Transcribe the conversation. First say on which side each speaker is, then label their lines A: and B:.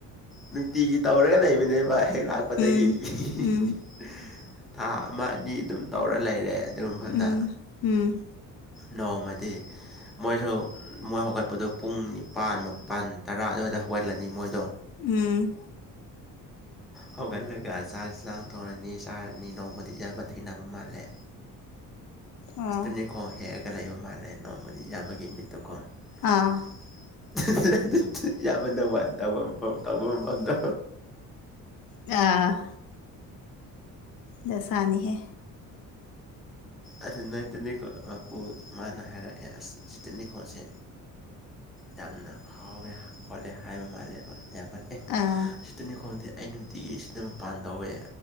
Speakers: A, in the centre; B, on the left.
A: ꯅꯨꯡꯇꯤꯒꯤ ꯇꯧꯔꯒ ꯂꯩꯕꯅꯦꯕ ꯍꯦꯛ ꯂꯥꯛꯄꯗꯒꯤ
B: ꯎꯝ
A: <unintelligible>
B: ꯎꯝ
A: ꯊꯥ ꯑꯃ ꯑꯅꯤ ꯑꯗꯨꯝ ꯇꯧꯔ ꯂꯩꯔꯦ ꯑꯗꯨ ꯃꯐꯝꯗ
B: ꯎꯝ ꯎꯝ
A: ꯅꯣꯡꯃꯗꯤ ꯃꯣꯏꯁꯨ ꯃꯣꯏ ꯍꯧꯒꯠꯄꯗꯣ ꯄꯨꯡ ꯅꯤꯄꯥꯜ ꯃꯥꯄꯜ ꯇꯔꯥ ꯑꯗꯨꯋꯥꯏꯗ ꯍꯧꯒꯠꯂꯅꯤ ꯃꯣꯏꯗꯣ
B: ꯎꯝ
A: ꯍꯧꯒꯠꯂꯒ ꯆꯥꯛ ꯆꯥꯛ ꯊꯣꯡꯔꯅꯤ ꯆꯥꯔꯅꯤ ꯅꯣꯡꯃꯗꯤ ꯏꯌꯥꯝꯕ ꯊꯩꯅꯕ ꯃꯥꯜꯂꯦ
B: ꯑꯣ
A: ꯑꯁꯇꯅꯤꯀꯣ ꯍꯦꯛꯑꯒ ꯂꯩꯕ ꯃꯥꯜꯂꯦ ꯅꯣꯡꯃꯗꯤ ꯏꯌꯥꯝꯕꯒꯤ ꯃꯤꯠꯇꯨ ꯀꯣ
B: ꯑꯥ
A: <unintelligible> ꯏꯌꯥꯝꯕ ꯅꯝꯕꯔ ꯋꯥꯟ ꯇꯧꯕ ꯃꯐꯝ ꯇꯧꯕ ꯃꯐꯝꯗꯨ
B: ꯑ ꯂꯩꯁꯅꯤ ꯍ
A: ꯑꯗꯨ ꯅꯪ ꯇꯨꯅꯤꯈꯣꯛ ꯃꯄꯨ ꯃꯥꯅ ꯍꯥꯏꯔꯛꯑꯦ ꯑꯁ ꯁꯤꯇꯅꯤꯀꯣ ꯄꯣꯠꯁꯦ ꯌꯥꯝꯅ ꯍꯥꯎꯋꯦ ꯈꯣꯠꯂꯦ ꯍꯥꯏꯕ ꯃꯥꯜꯂꯦꯕ ꯏꯌꯥꯝꯕꯅ
B: ꯑꯥ
A: ꯇꯤꯅꯤꯈꯣꯛꯗꯤ ꯑꯩ ꯅꯨꯡꯇꯤꯒꯤ ꯑꯁꯤꯗ ꯃꯄꯥꯟ ꯇꯧꯋꯦ